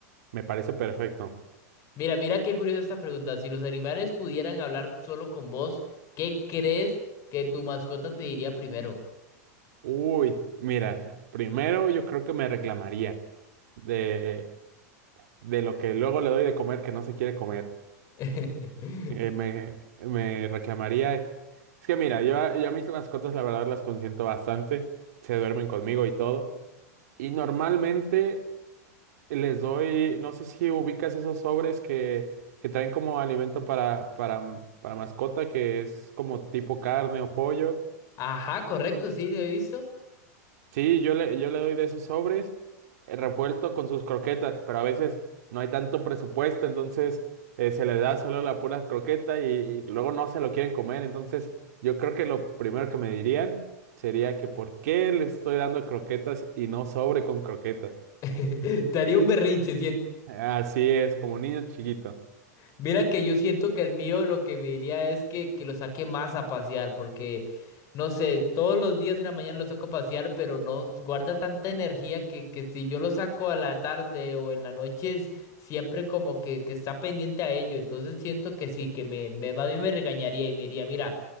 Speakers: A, on the right; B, on the left.
A: Me parece perfecto.
B: Mira, mira qué curiosa esta pregunta. Si los animales pudieran hablar solo con vos, ¿qué crees que tu mascota te diría primero?
A: Uy, mira, primero yo creo que me reclamaría de, de lo que luego le doy de comer que no se quiere comer.
B: <laughs>
A: Eh, me, me reclamaría. Es que mira, yo, a- yo a mis mascotas la verdad las consiento bastante. Se duermen conmigo y todo. Y normalmente Les doy, no sé si ubicas esos sobres que, que traen como alimento para, para, para mascota, que es como tipo carne o pollo.
B: Ajá, correcto, sí, lo he visto.
A: Sí, yo le, yo le doy de esos sobres eh, revuelto con sus croquetas, pero a veces no hay tanto presupuesto, entonces eh, se le da solo la pura croqueta y, y luego no se lo quieren comer. Entonces yo creo que lo primero que me dirían sería que por qué les estoy dando croquetas y no sobre con croquetas.
B: <laughs> Te haría un berrinche,
A: Así es, como niño chiquito.
B: Mira que yo siento que el mío lo que me diría es que, que lo saque más a pasear, porque no sé, todos los días en la mañana lo saco a pasear, pero no guarda tanta energía que, que si yo lo saco a la tarde o en la noche, es siempre como que, que está pendiente a ello. Entonces siento que sí, que me, me más bien me regañaría y me diría, mira,